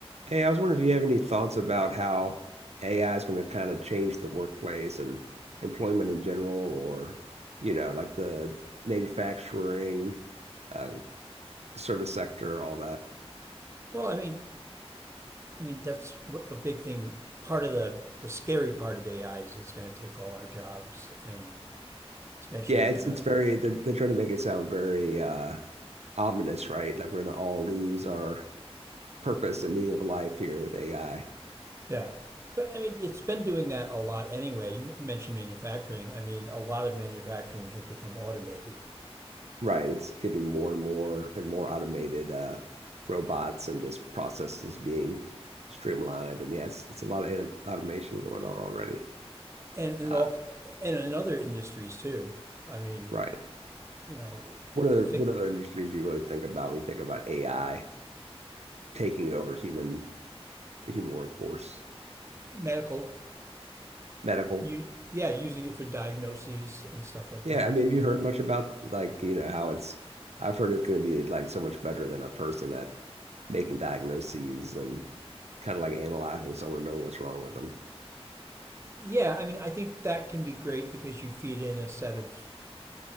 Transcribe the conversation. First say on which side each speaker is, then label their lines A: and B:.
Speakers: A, on the right; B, on the right.
A: Hey, I was wondering if you have any thoughts about how AI is going to kind of change the workplace and employment in general, or, you know, like the manufacturing, uh, service sector, all that.
B: Well, I mean, I mean that's a big thing. Part of the the scary part of AI is it's going to take all our jobs, and it's eventually
A: Yeah, it's
B: going to
A: it's very they're, they're trying to make it sound very uh, ominous, right? Like we're going to all lose our purpose and meaning of life here with AI.
B: yeah. But I mean, it's been doing that a lot anyway. You, you mentioned manufacturing. I mean, a lot of manufacturing has become automated,
A: Right. It's getting more and more and more automated uh, robots and just processes being streamlined. And yeah, it's it's a lot of anim- automation going on already.
B: and in
A: Uh,
B: all and in other industries too. I mean,
A: right.
B: you know,
A: What other what
B: fic,
A: other industries do you really think about when you think about AI taking over human the human workforce?
B: medical,
A: Medical.
B: you yeah, using it for diagnoses and stuff like
A: Yeah,
B: that.
A: I mean,
B: That you
A: have you
B: know,
A: heard much about like, you know, how it's I've heard it's going to be like so much better than a person at making diagnoses and kind of like analyzing someone and knowing what's wrong with them.
B: yeah. I mean, I think that can be great because you feed in a set of